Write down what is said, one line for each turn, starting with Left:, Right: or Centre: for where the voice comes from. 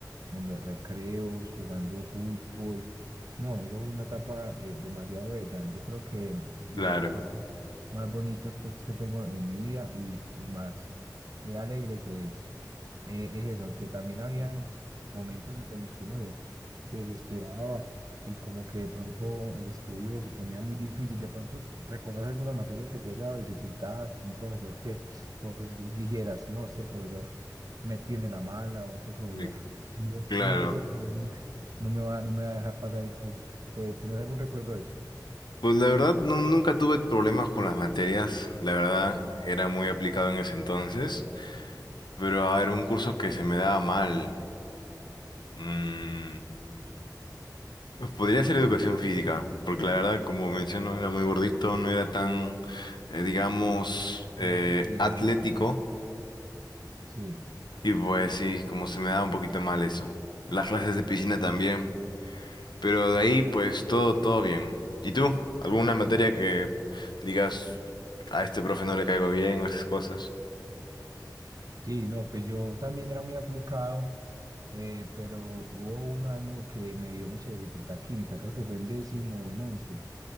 Right: en los recreos, jugando fútbol. No, eso fue una etapa eh, demasiado bella. Yo creo que mm, de
Left: Claro,
Right: los recuerdos más bonitos pues, que tengo en mi vida y, y más eh, alegres es, eh, es eso, aunque también habían momentos en los que uno se, se desesperaba y como que de pronto el estudio se ponía muy difícil. De pronto, ¿recordás alguna materia que te haya dado dificultad? Un profesor que vos dijeras, no, este profesor me tiene la mala o este profesor
Left: mi-
Right: no,
Left: claro.
Right: no, ese problema no me va, no me va a dejar pasar el curso. ¿Te, tenés algún recuerdo de eso?
Left: Pues la verdad, nu- nunca tuve problemas con las materias. La verdad, era muy aplicado en ese entonces. Pero a ver, un curso que se me daba mal. mm, podría ser educación física. Porque la verdad, como menciono, era muy gordito, no era tan, eh, digamos,
Right: Atlético
Left: eh,
Right: y
Left: atlético.
Right: dinámico. Sí.
Left: Y pues sí, como se me da un poquito mal eso. Las clases de piscina también. Pero de ahí, pues todo, todo bien. ¿Y tú? ¿Alguna materia que digas a este profe no le caigo bien o esas cosas?
Right: Sí, no, pues yo también era muy aplicado, eh, pero hubo un año que me dio mucha dificultad química, creo que fue en décimo o en once,